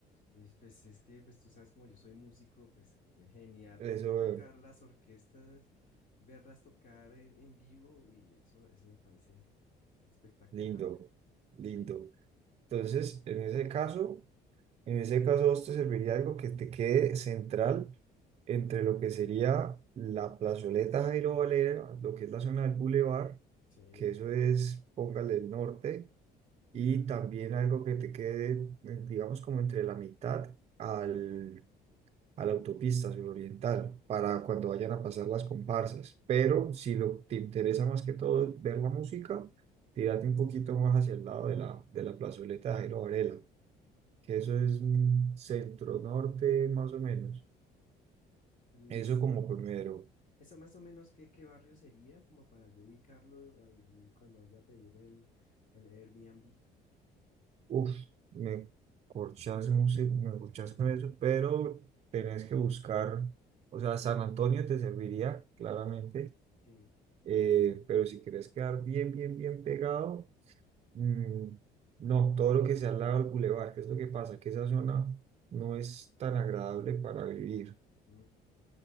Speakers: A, on the left; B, on the right.
A: Pues, pues, es que, pues tú sabes, como yo soy músico, pues eh, genial
B: Eso,
A: poder tocar
B: eh,
A: las orquestas, verlas tocar en, en vivo, y eso, eso me parece espectacular.
B: lindo, lindo.
A: Sí,
B: Entonces, en ese caso... En ese caso, a vos te serviría algo que te quede central entre lo que sería la plazoleta Jairo Valera, lo que es la zona del bulevar,
A: sí,
B: que eso es, póngale el norte, y
A: ya,
B: también algo que te quede, eh, digamos, como entre la mitad al, a la autopista suroriental, para cuando vayan a pasar las comparsas. Pero si lo, te interesa más que todo ver la música, tírate un poquito más hacia el lado de la, de la plazoleta Jairo Varela que eso es mm, centro-norte más o menos.
A: listo.
B: Eso como primero.
A: Eso más o menos, ¿qué, qué barrio sería? Como para yo ubicarlo ahí cuando vaya a pedir el, el Airbnb.
B: Uf, me corchas, un se- me corchas
A: <clears throat>
B: con eso, pero tenés que buscar, o sea, San Antonio te serviría, claramente,
A: Sí.
B: eh, pero si querés quedar bien, bien, bien pegado, mm, no, todo lo que sea al lado del bulevar, que es lo que pasa, que esa zona no es tan agradable para vivir.
A: Mm.